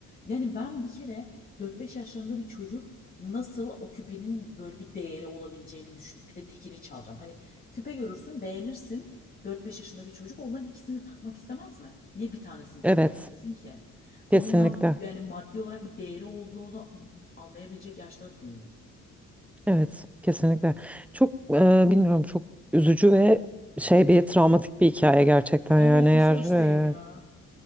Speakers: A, on the left; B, in the centre.
A: Yani ben bir kere dört beş yaşlarında bir çocuk nasıl o küpenin böyle bir değeri olabileceğini düşünüp bir de tekini çalacağım. Hani küpe görürsün beğenirsin Dört beş yaşında bir çocuk onların ikisini takmak istemez mi? Niye bir tanesini takmak
B: Evet.
A: istesin ki?
B: Kesinlikle.
A: Onun ben yani maddi olarak bir değeri olduğunu anlayabilecek yaşta da değilim.
B: Evet. Kesinlikle. Çok e, bilmiyorum çok üzücü ve şey bir travmatik bir hikaye gerçekten
A: Evet
B: yani eğer
A: hiç hoş değil ya.
B: e,